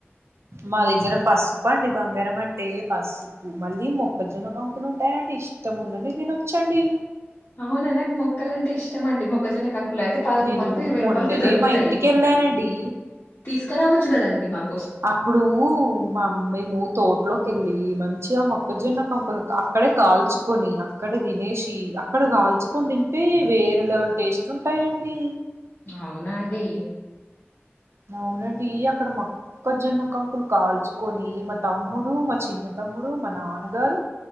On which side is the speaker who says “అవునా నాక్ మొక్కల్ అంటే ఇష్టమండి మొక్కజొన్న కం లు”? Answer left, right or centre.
Left